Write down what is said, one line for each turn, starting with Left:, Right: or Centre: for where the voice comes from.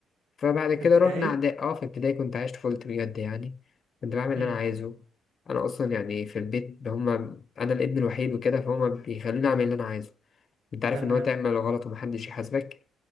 Left: فبعد كده
Right: في ابتدائي
Left: رحنا اعدادي اه في ابتدائي كنت عايش طفولتي بجد يعني كنت بعمل اللي
Right: أمم.
Left: انا عايزه انا اصلا يعني في البيت هما انا الابن الوحيد وكده فهما بيخلوني اعمل اللي انا عايزه انت عارف
Right: تمام
Left: ان هو تعمل غلط ومحدش يحاسبك